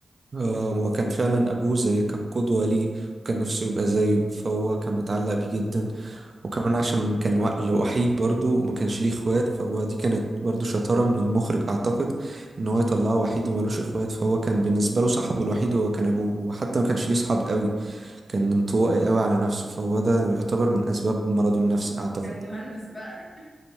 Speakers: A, on the right; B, on the left.
A: آه، وكان فعلا أبوه زي كان قدوة ليه وكان نفسه يبقى زيه فهو كان متعلق بيه جدا وكمان عشان كان وا- لو وحيد برضه وما كانش ليه اخوات فهو دي كانت برضه شطارة من المخرج أعتقد إن هو يطلعه وحيد وملوش اخوات فهو كان بالنسبة له صاحبه الوحيد هو كان أبوه وحتى ما كانش ليه صحاب قوي كان انطوائي قوي على نفسه فهو ده يعتبر من أسباب مرضه النفسي أعتقد
B: كان مهندس بقى